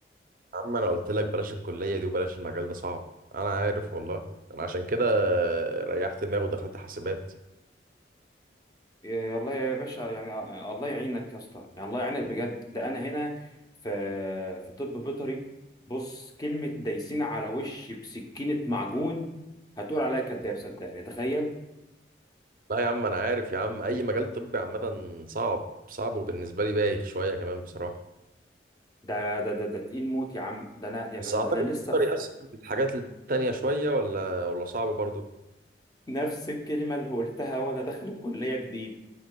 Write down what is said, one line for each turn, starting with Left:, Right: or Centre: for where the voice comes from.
Right: يا عم انا قلت لك بلاش الكليه دي وبلاش المجال ده صعب انا عارف والله انا عشان كده ريحت دماغي ودخلت حاسبات
Left: يا الله يا باشا يعني الله يعينك يا اسطى يعني الله يعينك بجد ده انا هنا في في طب بيطري بص كلمة دايسين على وشي بسكينة معجون هتقول عليا كداب صدقني تخيل
Right: لا يا عم انا عارف يا عم اي مجال طبي عامه صعب صعب وبالنسبه لي بايخ شويه كمان بصراحه
Left: ده ده ده, ده تقيل موت يا عم ده انا يعني
Right: بس
Left: ده
Right: اعتقد
Left: انا, ده أنا لسه
Right: تقدر
Left: في
Right: يأثر في الحاجات التانية شويه ولا ولا صعب برضو
Left: نفس الكلمه اللي قلتها وانا داخل الكليه جديد